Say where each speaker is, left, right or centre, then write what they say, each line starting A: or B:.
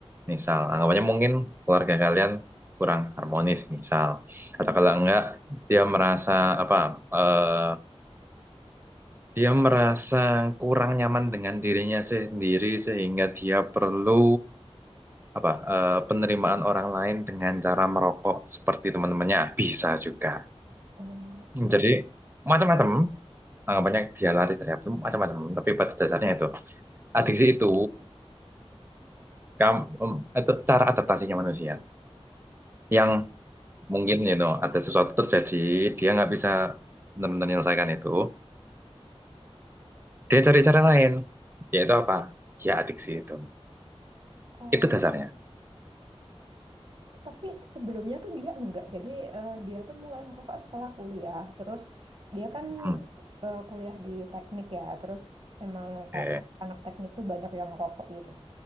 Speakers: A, on the right; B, on the right.
A: misal anggapannya mungkin keluarga kalian kurang harmonis misal
B: Mm.
A: atau kalau enggak dia merasa apa eh, dia merasa kurang nyaman dengan dirinya sendiri sehingga dia perlu apa eh, penerimaan orang lain dengan cara merokok seperti teman-temannya bisa juga.
B: Oh,
A: Jadi macam-macam anggapannya dia lari dari apa macam-macam. Tapi pada dasarnya itu adiksi itu, kam- em, itu cara adaptasinya manusia yang mungkin you know, ada sesuatu terjadi dia nggak bisa benar-benar menyelesaikan itu. Dia cari cara lain yaitu apa? Ya adiksi itu.
B: oh.
A: Itu dasarnya.
B: Tapi sebelumnya tuh dia enggak. Jadi eh, dia tuh mulai merokok setelah kuliah. Terus dia kan
A: Hmm.
B: eh, kuliah di teknik ya. Terus emang
A: Oke.
B: kayak anak teknik tuh banyak yang rokok gitu.